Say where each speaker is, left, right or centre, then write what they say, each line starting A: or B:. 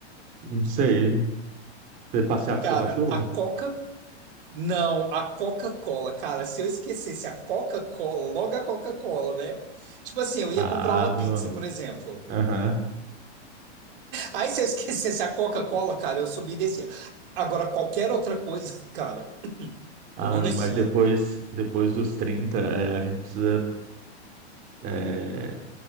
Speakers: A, on the right; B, on the right.
A: Não sei. Você passear com
B: Cara,
A: seu cachorro?
B: a Coca, não, a Coca-Cola, cara, se eu esquecesse a Coca-Cola, logo a Coca-Cola, né? Tipo assim, eu ia
A: Ah,
B: comprar uma
A: meu
B: pizza,
A: amigo.
B: por exemplo.
A: Aham.
B: Aí se eu esquecesse a Coca-Cola, cara, eu subia e descia. Agora, qualquer outra coisa, <laughs> cara,
A: Ah,
B: eu não
A: meu
B: descia.
A: amigo, mas depois, depois dos 30, é, a gente precisa, é,